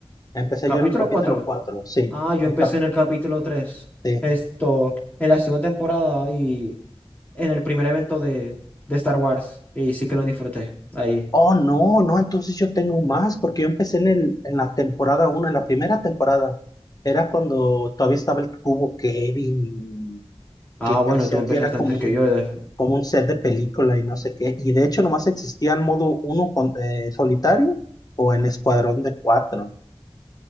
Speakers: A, on the left; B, on the left.
A: empecé
B: ¿Capítulo
A: yo en el capítulo
B: cuatro.
A: 4 sí,
B: Ah, yo
A: el
B: empecé
A: cap-
B: en el capítulo 3,
A: sí.
B: Esto, en la segunda temporada y en el primer evento de, de Star Wars. Y sí que lo disfruté ahí.
A: Oh, no, no, entonces yo tengo más, porque yo empecé en el, en la temporada uno en la primera temporada. Era cuando todavía estaba el cubo Kevin,
B: Ah,
A: que parecía
B: bueno, tú empezaste
A: que era
B: antes
A: como
B: que
A: un,
B: yo. def-
A: como un set de película y no sé qué. Y de hecho nomás existía el modo uno con, eh, solitario o en escuadrón de cuatro